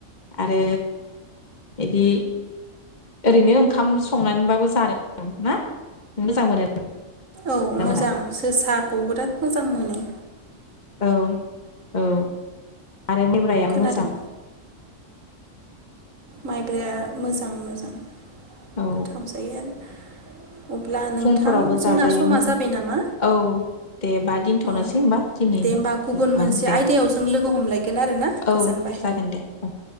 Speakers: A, on the left; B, on the right.
A: आरो बिदि ओरैनो ओंखाम संनानैबाबो जानो मोजां ना नों मोजां मोनो।
B: औ
A: ना
B: मोजां
A: मोना
B: जोसाखौ बिराद मोजां मोनो।
A: औ औ आरो मेब्रायाबो
B: खोनादों
A: मोजां
B: माइब्राया मोजां मोजां
A: औ
B: गोथाव जायो आरो अब्ला नोंथां
A: फुंफोरावबो
B: जोंना
A: जाजायो
B: समा
A: मोजां
B: जाबाय नामा
A: औ दे बा दा दिनथ'नोसै
B: औ
A: होमबा दिनै
B: दे
A: ओं
B: होमबा गुबुन मोनसे
A: दे
B: आयदायाव जों लोगो हमलायगोन आरोना गोजोनबाय
A: औ जागोन दे उम